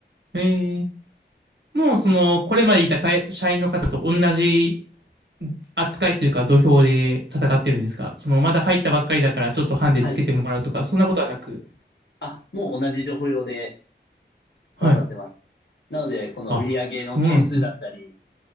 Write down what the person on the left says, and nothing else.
はい。
あ、もう同じ情報用で
戦ってます。なので、この売り上げの件数だったり、